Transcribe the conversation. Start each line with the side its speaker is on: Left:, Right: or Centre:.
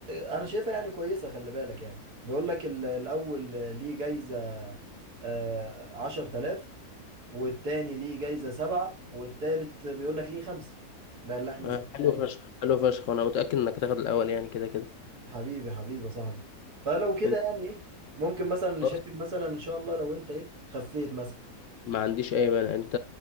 Right: انا شايفها يعني كويسه خلي بالك يعني بيقول لك ال- الاول ليه جايزه آه، عشرة آلاف والتاني ليه جايزه سبعة والتالت بيقول لك ليه خمسة ده اللي احنا
Left: أه
Right: سمعناه
Left: حلو
Right: يعني
Left: فشخ حلو فشخ وانا متأكد انك هتاخد الاول يعني كده كده
Right: حبيبي حبيبي يا صاحبي فلو كده
Left: انت
Right: يعني ايه ممكن مثلا نشارك
Left: خلاص
Right: مثلا ان شاء الله لو انت ايه خفيت مثلا
Left: ما عنديش اي مانع انت